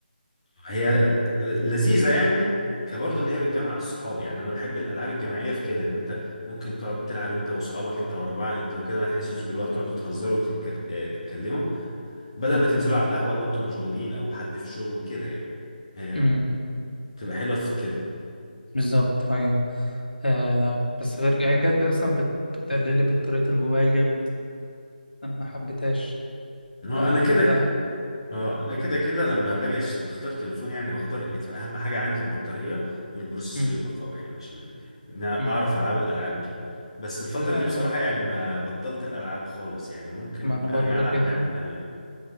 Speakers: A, on the left; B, on the left.
A: هي ل- لذيذة يعني كبرضه ان هي بتجمع الصحاب يعني انا بحب الالعاب الجماعية في كده ان انت ممكن تقعد تلعب انت واصحابك انت واربعة انت وكده ما تحسوش بالوقت تقعدوا تهزروا وتتك- آه، تتكلموا بدل
B: مم.
A: ما تنزلوا على القهوة لو انتوا مشغولين او حد في شغل كده يعني هي
B: مم.
A: بتبقى حلوة في كده
B: بالظبط ايوه آه لا بس غير هي كانت اصلا بت... بتقلل لي بطارية الموبايل جامد انا ما حبيتهاش
A: هو
B: فلا
A: انا كده اه انا كده كده لما باجي أش- بختار تليفون يعني بختار بتبقى اهم حاجه عندي البطاريه والبروسيسور
B: مم.
A: يبقى قوي يعني عشان نا-
B: مم.
A: اعرف العاب الالعاب دي بس الفتره
B: لا
A: دي
B: يعني
A: بصراحه يعني ما بطلت الالعاب خالص يعني ممكن
B: ما انا برضه
A: ارجع العب
B: كده
A: لعبه تانية